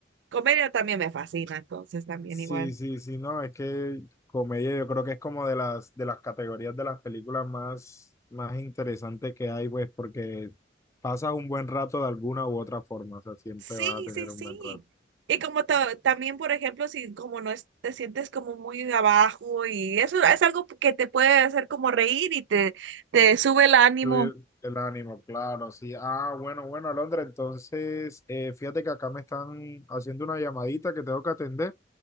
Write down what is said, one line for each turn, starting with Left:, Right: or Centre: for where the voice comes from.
Right: comedia también me fascina, entonces también
Left: Sí,
Right: igual.
Left: sí, sí, no, es que comedia yo creo que es como de las de las categorías de las películas más más interesantes que hay, pues, porque pasas un buen rato de alguna u otra forma, o sea, siempre
Right: Sí,
Left: vas a tener
Right: sí, sí.
Left: un buen rato.
Right: Y como ta- también, por ejemplo, si como no es- te sientes como muy abajo y eso es algo que te puede hacer como reír y te, te sube el ánimo.
Left: Subir el ánimo, claro, sí. Ah, bueno, bueno, Alondra, entonces, eh, fíjate que acá me están haciendo una llamadita que tengo que atender.